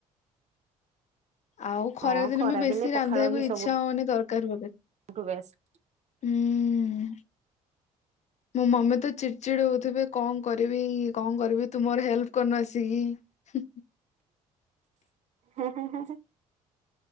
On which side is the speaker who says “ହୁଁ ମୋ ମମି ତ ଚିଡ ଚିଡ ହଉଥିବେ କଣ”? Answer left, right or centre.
Left